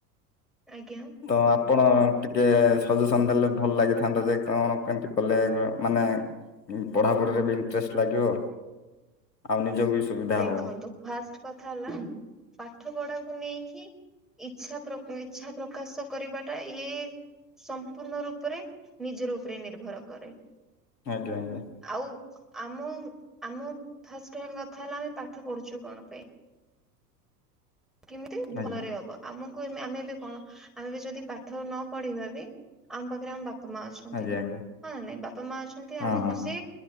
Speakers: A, in the centre; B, on the left.
A: ଆଜ୍ଞା।
B: ତ ଆପଣ ଟିକେ ସଜେସନ୍ ଦେଲେ ଭଲ ଲାଗିଥାନ୍ତା ଯେ କଣ କେମତି କଲେ ମାନେ ପଢାପଢିରେ ବି ଇଣ୍ଟରେଷ୍ଟ ଲାଗିବ ଆଉ ନିଜକୁ ବି ସୁବିଧା
A: ଦେଖନ୍ତୁ
B: ହବ।
A: ଫାଷ୍ଟ କଥା ହେଲା ପାଠପଢାକୁ ନେଇକି ଇଚ୍ଛା-ଇଚ୍ଛା ପ୍ରକାଶ କରିବାଟା ଇଏ ସମ୍ପୂର୍ଣ୍ଣ ରୂପରେ ନିଜର ଉପରେ ନିର୍ଭର କରେ।
B: ଆଜ୍ଞା-ଆଜ୍ଞା।
A: ଆଉ ଆମ ଆମ ଫାଷ୍ଟ କଥା ହେଲା ଆମେ ପାଠ ପଢୁଛୁ କଣ ପାଇଁ। କେମିତି ଭଲରେ
B: ଆଜ୍ଞା
A: ହବା। ଆମକୁ ଏ ଆମେ ଏବେ କଣ ଆମେ ବି ଯଦି ପାଠ ନ ପଢିବା ବି ଆମ ପାଖରେ ଆମ ବା ପା ମା ଅଛନ୍ତି
B: ଆଜ୍ଞା ଆଜ୍ଞା
A: ହଁ ନା ନାଇଁ, ବାପା ମା ଅଛନ୍ତି
B: ହଁ
A: ଆମକୁ
B: ହଁ ହଁ
A: ସେ